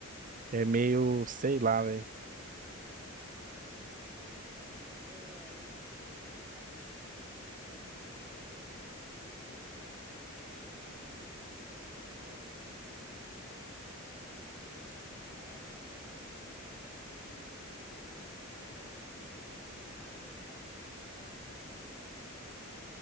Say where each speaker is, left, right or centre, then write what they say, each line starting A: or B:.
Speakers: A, on the right; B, on the right.
A: é meio, sei lá, velho.
B: Pois é. Mas hoje em dia, eu, eu- como o tempo vai passando, né? A gente é- já não vai fazer a mesma coisa. Aí hoje em dia, a gente, com meus primos, a gente costuma só jogar um futebol, bater um FIFA mesmo aqui, fazer um churrasco, né? Vai passando o tempo, né? Vai mudando as coisas. Pois é, quando é, quando a gente é menino, é bom demais, né?